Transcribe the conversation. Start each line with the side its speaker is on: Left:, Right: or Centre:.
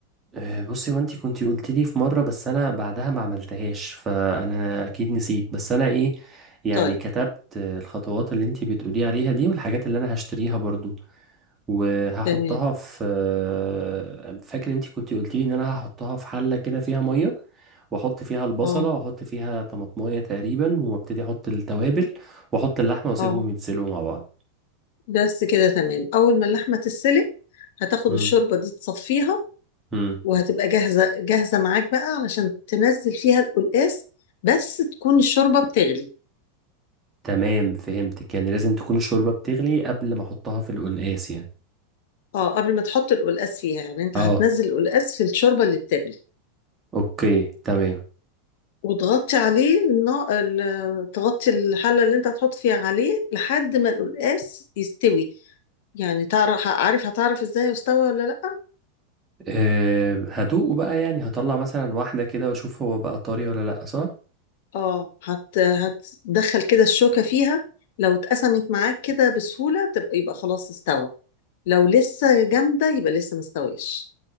Right: آه، بصي وانتي كنتي قلت لي في مرة بس انا بعدها ما عملتهاش فانا اكيد نسيت بس انا ايه يعني
Left: طيب
Right: كتبت آه، الخطوات اللي انتي بتقولي عليها دي والحاجات اللي انا هشتريها برضو وهحطها
Left: تمام
Right: في آه، فاكر انتي كنتي قلت لي ان انا هحطها في حلة كده فيها مية واحط فيها البصلة
Left: اه
Right: واحط فيها طماطماية تقريبا وابتدي احط التوابل واحط اللحمة واسيبهم
Left: اه
Right: يتسلقوا مع بعض
Left: بس كده تمام اول ما اللحمه تتسلق هتاخد
Right: مم.
Left: الشوربه دي تصفيها
Right: مم.
Left: وهتبقى جاهزه جاهزه معاك بقى علشان تنزل فيها القلقاس بس تكون الشوربه بتغلي
Right: تمام فهمتك يعني لازم تكون الشوربة بتغلي قبل ما احطها في القلقاس يعني
Left: اه قبل ما تحط القلقاس فيها يعني انت
Right: اه
Left: هتنزل القلقاس في الشوربه اللي بتغلي
Right: اوكي تمام
Left: وتغطي عليه النا... ال- تغطي الحله اللي انت هتحط فيها عليه لحد ما القلقاس يستوي يعني تعرف عارف هتعرف ازاي يستوى ولا لا
Right: أه هدوقه بقى يعني هطلع مثلا واحدة كده واشوف هو بقى طري ولا لأ صح؟
Left: اه هت هتدخل كده الشوكة فيها لو اتقسمت معاك كده بسهولة تبقى يبقى خلاص استوى لو لسه جامدة يبقى لسه مستويش